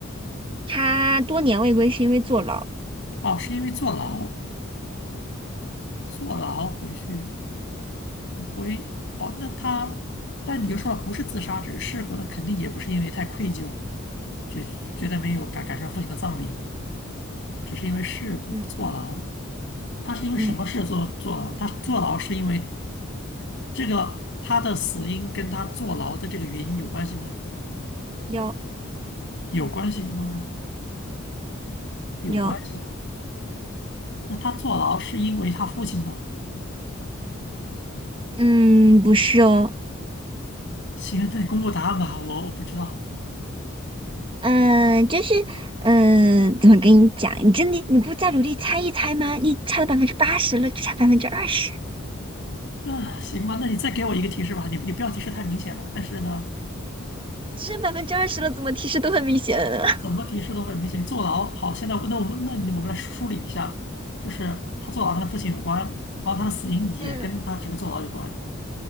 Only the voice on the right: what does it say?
他多年未归是因为坐牢。
嗯
嗯，
有
有。
嗯，不是哦，
嗯，就是，嗯，怎么跟你讲？你真的你不再努力猜一猜吗？你猜了百分之八十了，就差百分之二十，
只剩百分之二十了，怎么提示都很明显了。<laughs>
嗯